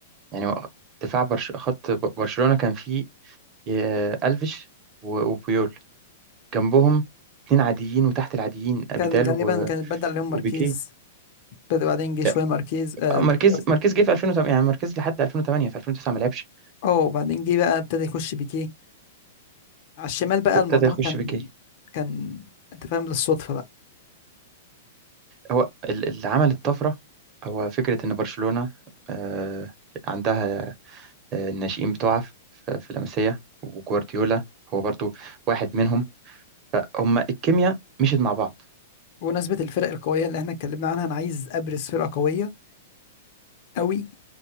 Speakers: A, on the right (about 35°); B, on the left (about 55°).
A: يعني دفاع برش... خط ب- برشلونة كان فيه آه، ألفيش و- وبيول جنبهم اتنين عاديين وتحت العاديين أبيدال
B: كان غالبا
A: و...
B: كان بدأ عليهم ماركيز
A: وبيكيه
B: بدأ بعدين جه شوية
A: لا،
B: ماركيز آه
A: ماركيز
B: بيكي قصدي
A: ماركيز جه في 2008 يعني ماركيز لحد 2008 في 2009 ما لعبش
B: اه وبعدين جه بقى ابتدى يخش بيكي على الشمال بقى
A: فابتدى
B: الموضوع
A: يخش
B: كان
A: بيكيه
B: كان انت فاهم للصدفة بقى
A: هو ال- اللي عمل الطفرة هو فكرة إن برشلونة آه، عندها آه، الناشئين بتوعها في في لاماسيا وجوارديولا هو برضو واحد منهم فهم الكيمياء مشيت مع بعض
B: بمناسبة الفرق القوية اللي احنا اتكلمنا عنها انا عايز ابرز فرقة قوية قوي